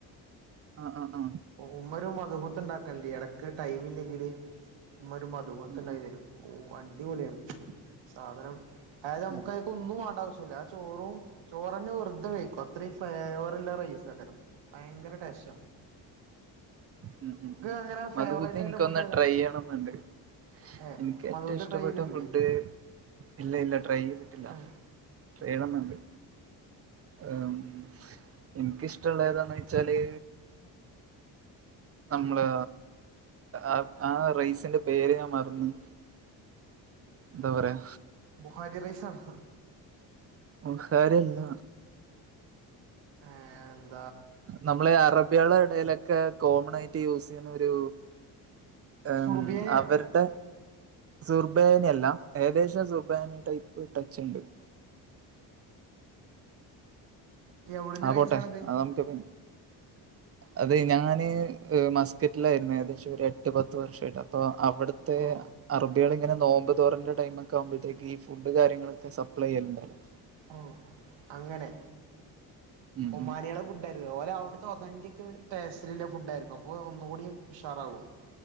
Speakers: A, on the right; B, on the right.
A: ആഹ് ആഹ് ആഹ്
B: ഉമ്മര മധുഹൂത്തി ഉണ്ടാക്ക കല്ല്യാണൊക്കെ ടൈം ഇല്ലെങ്കില് ഇമ്മ ഒരു മധുഹൂത്ണ്ടാകി
A: ഉം ഉം
B: തെരും. ഓഹ് അടിപൊളിയാണ് സാധനം ആയത് നമുക്കാഹ്
A: ഉം
B: ഒന്നും വേണ്ട ആവശ്യല്ല ആ ചോറും ചോറന്നെ വെർതെ വെയ്ക്കും അത്രീ ഫേവറ്ല്ലെ റെയ്സകാരം. ഭയങ്കര ടേസ്റ്റ
A: ഉം ഉം
B: അങ്ങനെ
A: മധ്ഹൂത്ത്
B: ഫേവറേറ്റ് ആയിട്ടുള്ള
A: എനിക്കൊന്ന്
B: ഫുഡ് ഏതാ
A: ട്രൈ യ്യണംന്ന്ണ്ട്.
B: ഏഹ്
A: എനിക്ക്
B: മദ്ഹൂത്ത്
A: ഏറ്റവും ഇഷ്ടപ്പെട്ട
B: ട്രൈ ചെയ്തിട്ടില്ലേ
A: ഫുഡ് ഇല്ല ഇല്ല ട്രൈ യ്തിട്ടില്ല.
B: ഏഹ്
A: വേണംന്നുണ്ട്. ഏമ് എൻക്കിഷ്ടള്ളെ ഏതാന്ന് ഓയ്ച്ചാല് നമ്മള് ആഹ് ആഹ് റൈസിന്റെ പേര് ഞാ മറന്ന്. ന്താ പറയാ?
B: ഹരിറൈസാണ്.
A: ബുഹാരി അല്ല
B: ഏഹ് ന്ന്.
A: നമ്മള് അറബ്യാളെ എടെലൊക്കെ കോമൺ ആയിട്ട് യൂസ്യ്യുന്ന ഒരു എമ്
B: സുർബിയാനിയാണോ
A: അവര്ടെ സുർബേനി അല്ല ഏകദേശം സുർബേനി ടൈപ്പ് ടച്ച് ണ്ട്.
B: എവിടുന്ന്
A: ആഹ്
B: കഴിച്ചാണത്
A: പോട്ടെ അതം അതെ ഞാന് മാസ്കറ്റ്ലായ്രുന്നു ഏകദേശം ഒര് എട്ട് എട്ട് പത്ത് വർഷയിട്ട് അപ്പൊ അവട്ത്തെ
B: ഓ
A: അറബികൾ ഇങ്ങനെ നോമ്പ്തൊറന്റെ ടൈമ് ഒക്കെ ആകുമ്പോഴ്തേയ്ക് ഈ ഫുഡ് കാര്യങ്ങളൊക്കെ സപ്ലെ യ്യൽണ്ടല്ലോ.
B: ഓഹ് അങ്ങനെ
A: ഉം
B: ഒമാനിയാളെ
A: ഉം
B: ഫുഡ ഓരെ അവുട്ത്തെ ഒതന്റിക് ടേസ്റ്റല്ള്ള ഫുഡ് ആയിരിന്നു അപ്പോ ഒന്നുകൂടി ഉഷാറാവും.